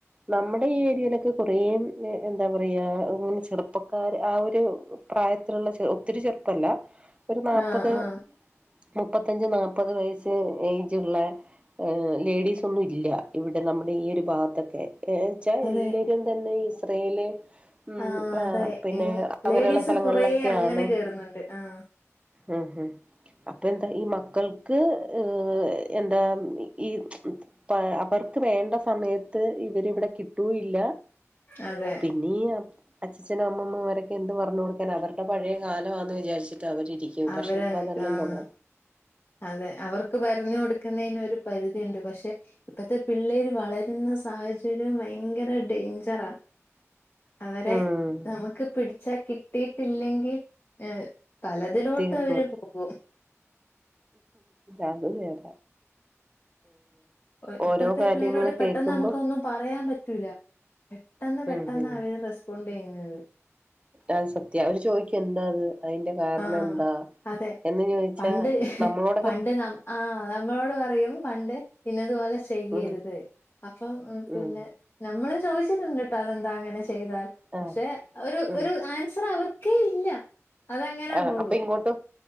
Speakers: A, on the right; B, on the left.
A: നമ്മുടെ ഈ ഏരിയയിലൊക്കെ കുറേം എന്താ പറയാ ഇങ്ങനെ ചെറുപ്പക്കാർ ആ ഒര് പ്രായത്തിലുള്ള ചെറു ഒത്തിരി ചെറുപ്പ അല്ല ഒരു നാപ്പെത്
B: ആഹ് ആഹ്
A: മുപ്പത്തഞ്ച് നാല്പ്പത് വയസ്സ് ഏജു ഉള്ള ലേഡീസ് ഒന്നും ഇല്ല ഇവിടെ നമ്മുടെ ഈ ഒരു ഭാഗത്തൊക്കെ ഏച്ചാ
B: അതെ
A: എല്ലരും തന്നെ ഇസ്രയേല് ഉം
B: ആഹ്
A: ആ
B: അതെ
A: പിന്നെ
B: എങ്
A: അങ്ങനെയുള്ള
B: ലേഡീസ്
A: സ്ഥലങ്ങളിലൊക്കെയാണ്
B: കൊറേ അങ്ങനെ കേറുന്നുണ്ട് ആഹ്
A: ഉം ഉം അപ്പൊ എന്താണ് ഈ മക്കൾക്ക് ഏ എന്താ ഈ പ്പ് അവർക്ക് വേണ്ട സമയെത്ത് ഇവെര് ഇവ്ടെ കിട്ടുയില്ല
B: അതെ
A: പിന്നി ഈ അച്ചച്ഛനും അമ്മമ്മും ഇവരൊക്കെ എന്ത് പറഞ് കൊട്ക്കെലാ അവെര്ടെ പഴയ കാലവാന്ന് വിചാരിട്ട് അവെര് ഇ
B: അവരങ്ങക്ക്
A: പക്ഷെ ഇപ്പ അതല്ല
B: ആഹ്
A: ലോക
B: അതെ അവർക്ക് പറരഞ്ഞു കൊടുക്കുന്നതിന് ഒരു പരിധി ഉണ്ട് പക്ഷെ ഇപ്പത്തെ പിള്ളേര് വളരുന്ന സാഹചര്യം ഭയങ്കര ഡേയ്ഞ്ചറ അവരെ
A: ഉം
B: നമുക്ക് പിടിച്ച കിട്ടിയിട്ടില്ലെങ്കിൽ പലതിലോട്ട്
A: തീർന്നു
B: അവര് പോകും
A: അത് നേര
B: ആ
A: ഓരോ
B: ഇപ്പത്തെ
A: കാര്യങ്ങള്
B: പിള്ളേരോട് പെട്ടെന്ന്
A: കേക്കുമ്പോ
B: നമുക്കൊന്നും പറയാൻ പറ്റൂല പെട്ടെന്ന് പെട്ടെന്ന്
A: ഉം ഉം
B: അവര് റെസ്പോണ്ട് ചെയ്യും അതേ
A: അത് സത്യ ഒരു ചോദിക്ക എന്താ അത് അതിന്റെ കാരണം
B: ആഹ്
A: എന്താ
B: അതെ
A: എന്ന് ചോദിച്ചാ
B: പണ്ട്
A: നമ്മളോടൊക്കെ
B: പണ്ട് നം ആ നമ്മളോട് പറയും പണ്ട് പിന്നെഇന്നതുപോലെ ചെയ്യരുത്
A: ഉം
B: അപ്പ പിന്നെ
A: ഉം
B: നമ്മള് ചോദിച്ചിട്ടുട്ടോ അതന്ത അങ്ങനെ ചെ ചെയ്താൽ
A: ആഹ്
B: പക്ഷെ ഒരു
A: ഉം
B: ഒരു ആൻസർ അവർ ഒക്കെ ഇല്ല അതങ്ങനെ
A: ആ
B: പോകും
A: അപ്പൊ ഇങ്ങോട്ട്